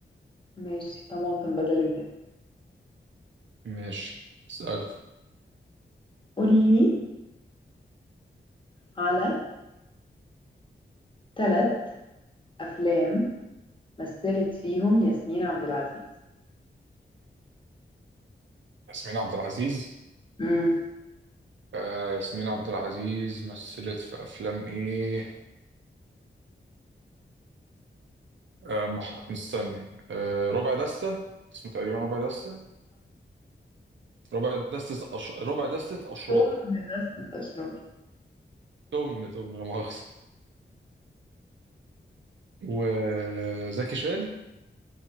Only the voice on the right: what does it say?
ماشي اسأل
ياسمين عبد العزيز
آه ياسمين عبد العزيز مثلت في أفلام إيه آه مح... مستني آه ربع دستة اسمه تقريبا ربع دستة ربع دستة أش... ربع دستة أشرار
تم تم لا مؤاخذة وزكي شان